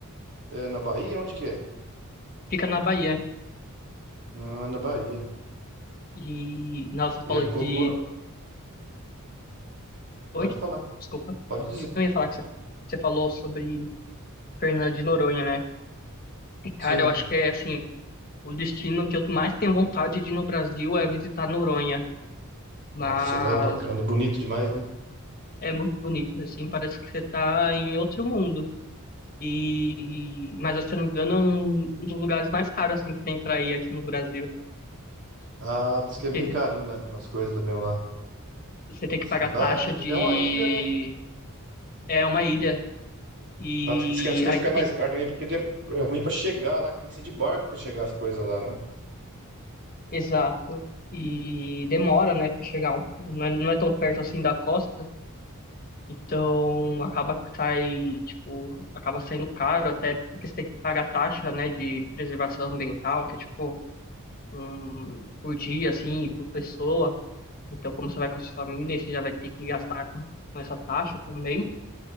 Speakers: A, on the right; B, on the left.
A: é, na Bahia? Onde que é?
B: Fica na Bahia.
A: Ah, na Bahia.
B: E, nossa, você falou
A: E a
B: de...
A: cultura? Pode
B: Oi?
A: falar,
B: Desculpa.
A: pode dizer.
B: eu ia falar que você, você falou sobre Fernando de Noronha, né? E, cara,
A: Sim.
B: eu acho que é, assim, o destino que eu mais tenho vontade de ir no Brasil é visitar Noronha. Mas
A: Nossa, lá é bacana, bonito demais, né?
B: é muito bonito, assim, parece que você tá em outro mundo. E, mas, se eu não me engano, é um, um dos lugares mais caros, assim, que tem pra ir aqui no Brasil.
A: Ah, diz
B: Porque
A: que é bem
B: você
A: carinho lá mesmo, as coisas lá mesmo lá.
B: você tem que
A: Diz
B: pagar
A: que lá
B: taxa de.
A: é é uma ilha, né?
B: É uma ilha. E
A: Lá diz que as coisas
B: aí
A: ficam
B: você
A: mais
B: tem que.
A: caras também, porque de- é ruim pra chegar lá, que tem que ser de barco pra chegar as coisas lá, né?
B: Exato. E demora, né, pra chegar. um- Não é, não é tão perto assim da costa. Então acaba que sai, tipo, acaba saindo caro até porque você tem que pagar taxa, né, de preservação ambiental, que é tipo um, por dia, assim, por pessoa. Então, como você vai com a sua família, você já vai ter que gastar com, com essa taxa também.